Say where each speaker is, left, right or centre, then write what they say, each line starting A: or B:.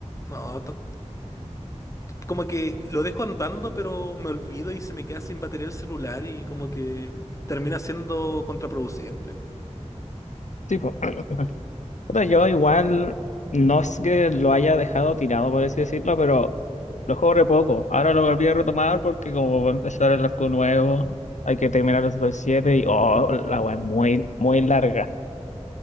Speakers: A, on the left (about 25°); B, on the left (about 75°).
A: no, t- como que lo dejo andando, pero me olvido y se me queda sin batería el celular y como que termina siendo contraproducente.
B: Tipo. Puta, yo igual no es que lo haya dejado tirado, por así decirlo, pero lo juego re poco. Ahora lo volví a retomar porque como va a empezar el arco nuevo, hay que terminar los Super 7 y oh, la wea es muy, muy larga.